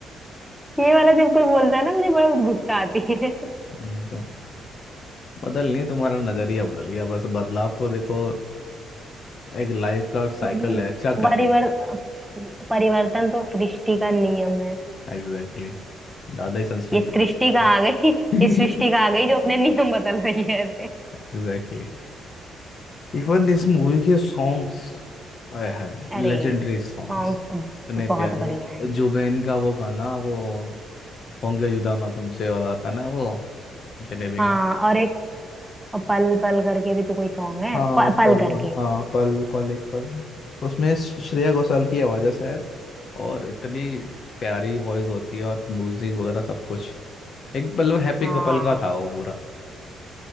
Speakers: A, in the centre; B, on the left (about 55°).
A: ये वाला जब कोई बोलता है ना मुझे बड़ा गुस्सा आती है
B: हम्म, तो बदल नहीं तुम्हारा नजरिया बदल गया बस बदलाव तो देखो एक लाइफ का साइकिल
A: मतलब
B: है चक्र
A: परिवर
B: है
A: परिवर्तन तो सृष्टि का नियम है
B: एग्जैक्टली exactly. दादा ही संस्कृत
A: ये
B: बुक
A: सृष्टि
B: में था
A: का आ गई
B: आपने
A: ये सृष्टि का
B: <laughs>
A: आ गई जो अपने नियम बदल रही है ऐसे
B: एग्जैक्टली इवन इस मूवी के सॉन्ग्स आय हाय
A: अरे
B: लेजेंडरी सॉन्ग्स
A: सॉन्ग
B: इतने
A: तो बहुत
B: प्यारे
A: बढ़िया है
B: जुबेन का वो गाना वो होंगे जुदा ना तुमसे वाला आता ना वो जलेबी
A: हाँ
B: का
A: और एक पल पल करके भी तो कोई सॉन्ग है
B: हाँ
A: प, पल
B: पल
A: करके
B: हाँ पल पल एक पल उसमें श्रेया घोषाल की आवाज़ है शायद और इतनी प्यारी वॉइस होती है और म्यूजिक वगैरह सब कुछ एक मतलब हैप्पी
A: हाँ
B: कपल का था वो पूरा